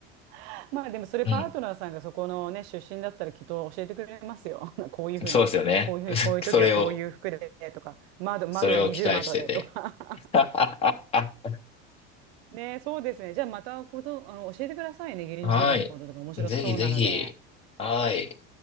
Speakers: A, on the right; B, on the left.
A: <laughs> まあでもそれパートナーさんがそこのね、
B: うん
A: 出身だったらきっと教えてくれますよ。<laughs> こういうふうな、
B: そうですよね。
A: こういうふうに、
B: <laughs>
A: こういう時はこういう服でとか、
B: それを、
A: 窓、窓は二重窓でとか。
B: それを期待してて。<laughs>
A: ね、そうですね。じゃあまたこと、あの、教えてくださいね。原住民のこととか面白そうなので。
B: はい。ぜひぜひ。はい。